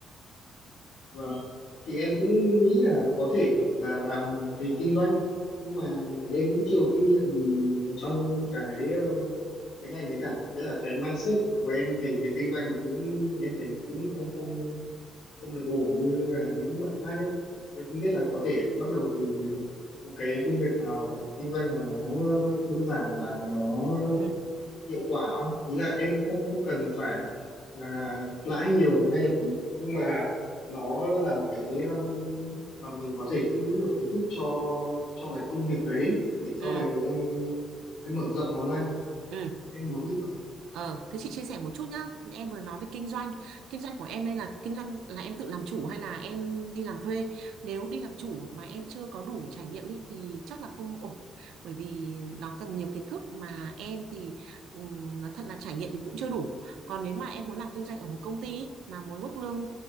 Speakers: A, on the left; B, on the right.
A: Vâng. Thì em cũng nghĩ là có thể là làm về kinh doanh nhưng mà em cũng chưa có kinh nghiệm gì ở trong cái ờ, cái ngành ấy cả. Thế là cái mindset của em về về kinh doanh nó cũng em thấy cũng không không không được ổn như là những bạn khác ấy. Em không biết là có thể bắt đầu từ một cái công việc nào kinh doanh nào nó ờ, đơn giản và nó
B: Ừ,
A: hiệu quả không ý là em cũng không không cần phải là lãi nhiều ngay lập tức nhưng mà nó là một cái um, mà mình có thể tích lũy được kiến thức cho cho cái công việc đấy để sau
B: ừ,
A: này em em mở rộng nó ra
B: ừ.
A: em muốn như vậy
B: Ờ, thế chị chia sẻ một chút nhá. Em vừa nói về kinh doanh. Kinh doanh của em đây là kinh doanh là em tự làm chủ hay là em đi làm thuê? Nếu đi làm chủ mà em chưa có đủ trải nghiệm ý, thì chắc là không ổn. Bởi vì nó cần nhiều kiến thức mà em thì ừm, nói thật là trải nghiệm thì cũng chưa đủ. Còn nếu mà em muốn làm kinh doanh ở một công ty ý, mà muốn mức lương